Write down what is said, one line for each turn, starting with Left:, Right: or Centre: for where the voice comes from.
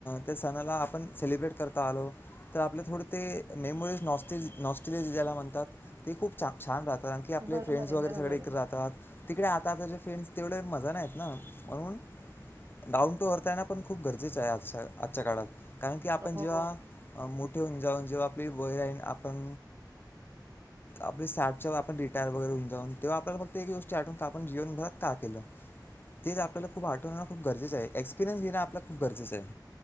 Left: त्या सणाला आपण सेलिब्रेट करता आलो तर आपलं थोडं ते मेमोरीज नॉस्टेल नॉस्टेलिया जे ज्याला म्हणतात ते खूप छान राहत. कारण की आपले
Right: बरोबर
Left: फ्रेंड्स
Right: आहे,
Left: वगैरे
Right: बरोबर
Left: सगळे इकडे
Right: आहे.
Left: <unintelligible> राहतात. तिकडे आता आता ज फ्रेंड्स तेवढे मजा नाहीत ना म्हणून डाऊन टू अर्थ आहे ना पण खूप गरजेचं आहे आजच्या आजच्या काळात कारण की आपण
Right: हो,
Left: जेव्हा मो ेऊन जाऊन जेव्हा आपली वर रा आपण आप सा आप रिटायर वगैरेऊन जाऊन तेव्हा आपल्याला फक्त एक गोष्ट आठव आपण जीवनभरात का केलं तेच आपल्याला खूप आठव खूप गरजेच आहे एक्सपिरियनस घेण आपला खू गरजेचं आहे.